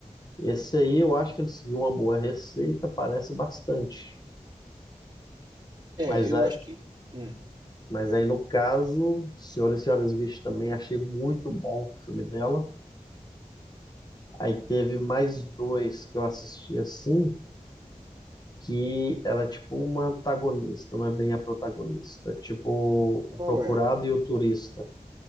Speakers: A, on the left; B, on the right.
A: Esse aí eu acho que ele seguiu uma boa receita, parece bastante.
B: É,
A: Mas
B: eu
A: aí,
B: acho que. hum,
A: mas aí no caso, Senhora e Senhora Smith também achei muito bom o filme dela. Aí teve mais dois que eu assisti assim. que ela é tipo uma antagonista, não é bem a protagonista. É Tipo, o
B: qual
A: procurado
B: é?
A: e o turista.